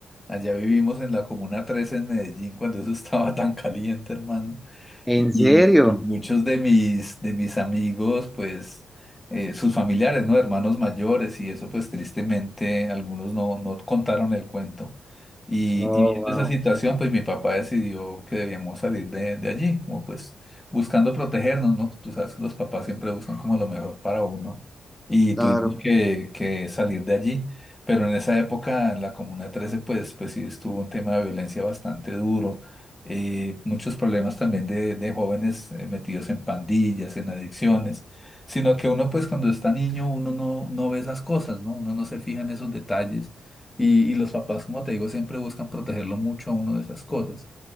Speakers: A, on the left; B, in the centre.
A: Allá vivimos en la Comuna 13 en Medellín cuando eso <laughs> estaba tan caliente, hermano.
B: ¿En
A: Y,
B: serio?
A: y muchos de mis, de mis amigos, pues, eh, sus familiares, ¿no? Hermanos mayores y eso, pues, tristemente, algunos no, no contaron el cuento. Y,
B: Oh,
A: y viendo
B: wow.
A: esa situación, pues, mi papá decidió que debíamos salir de, de allí, como pues, buscando protegernos, ¿no? Tú sabes que los papás siempre buscan como lo mejor para uno. Y
B: Claro.
A: tuvimos que, que salir de allí. Pero en esa época, en la Comuna 13, pues, pues sí estuvo un tema de violencia bastante duro eh, muchos problemas también de, de jóvenes eh, metidos en pandillas, en adicciones, sino que uno pues cuando está niño uno no, no ve esas cosas, ¿no? Uno no se fija en esos detalles y, y los papás, como te digo, siempre buscan protegerlo mucho a uno de esas cosas.